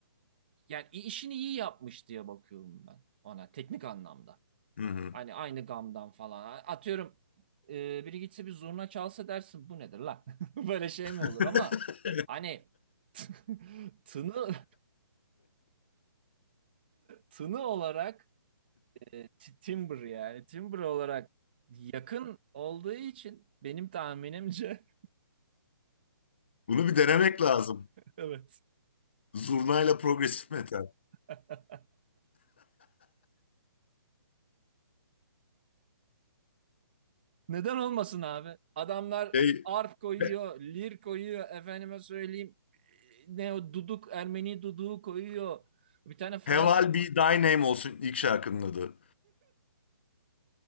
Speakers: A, on the right (about 25°); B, on the left (about 30°).
A: yani i- işini iyi yapmış diye bakıyorum ben ona teknik anlamda.
B: Hı hı.
A: Hani aynı gamdan falan. Atıyorum e, biri gitse bir zurna çalsa dersin bu nedir lan? <laughs> Böyle şey
B: <laughs>
A: mi olur ama hani <laughs> tını tını olarak e, t- timbre yani timbre olarak yakın olduğu için benim tahminimce
B: Bunu bir denemek lazım.
A: Evet.
B: Zurnayla progresif metal.
A: <laughs> Neden olmasın abi? Adamlar
B: Şey,
A: arp koyuyor,
B: He-
A: lir koyuyor, efendime söyleyeyim ne o duduk, Ermeni duduğu koyuyor. Bir tane Fransız
B: Heval Be Thy Name olsun ilk şarkının adı.